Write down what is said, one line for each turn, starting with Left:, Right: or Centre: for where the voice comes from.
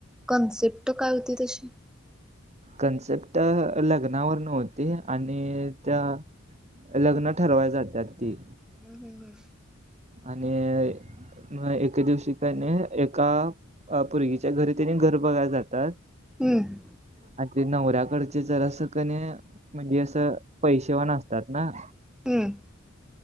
Centre: कॉन्सेप्ट काय होती तशी?
Right: कन्सेप्ट लग्नावर नवत ते आणि त्या लग्न ठरवय जातात ती.
Centre: हम्म हम्म हम्म.
Right: आणि म एके दिवशी काने एका. अ पोरगीच्या घरी त्यानी घर बघायला जातात.
Centre: हम्म.
Right: आणि ते नवऱ्याकडचे जरा अस कने म्हणजे असं पैश व न अस तात ना.
Centre: हम्म.